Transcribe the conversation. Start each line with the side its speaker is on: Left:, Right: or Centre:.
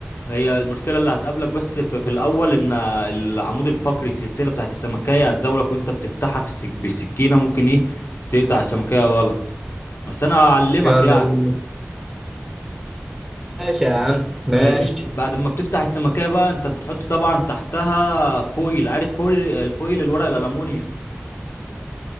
Left: هي المشكلة اللي هتقابلك بس في, في الاول ان العمود الفقري السلسلة بتاعت السمكية هتزاولك وانت بتفتحها في السك... بالسكينة ممكن ايه تقطع السمكية غلط بس انا اعلمك
Centre: يلا
Left: يعني
Centre: بينا ماشي يا عم ماشي
Left: فاهمني بعد ما بتفتح السمكية بقى انت بتحط طبعا تحتها فويل عارف فويل الفويل الورق الألموني